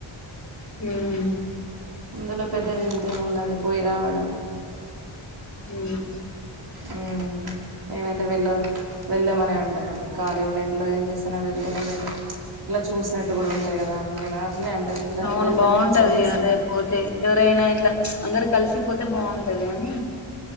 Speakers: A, on the left; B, on the right.
A: మ్మ్ హ్హ్
B: ఇందులో పెద్ద వింతేముందండి పోయి రావడం
A: మ్మ్ హ్హ్
B: మ్మ్ హ్హ్ నేనైతే వెళ్ళ వెళదామని అనే అంటారండి ఖాళీ ఉండి ఇంట్లో ఏం చేస్తామ్ వెళ్తేనే బెటర్ ఇట్లా చూసినట్టు కూడా ఉంటాది కదా అని నేను అట్లే అంట వెళ్దా
A: అవును
B: వెళ్తేనే
A: బాగుంటది
B: మంచిగా అనిపిస్తది
A: అదే
B: నాకు
A: పోతే ఎవరైనా ఇట్లా ప్చ్ అందరు కలిసిపోతే బాగుంటది ఉంటది గానీ అని